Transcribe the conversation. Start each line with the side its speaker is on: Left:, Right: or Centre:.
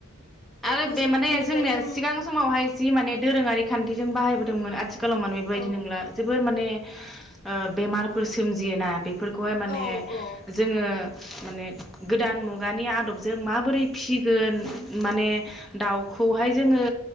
Centre: आरो
Left: मोसौनि
Centre: बे माने
Left: खिनिफ्राय
Centre: जोंनिया
Left: जों
Centre: सिगां समावहाय जि माने दोरोङारि खान्थिजों बाहायबोदों दोंमोन आथि खालाव माने बेबायदि
Left: औ
Centre: नंला जोबोर माने ओ बेमारफोर सो सोमजियोना बेफोरखौहाय माने
Left: औ औ
Centre: जोङो माने गोदान मुगानि आदबजों माबोरै फिसिगोन माने दाउखौहाय जोङो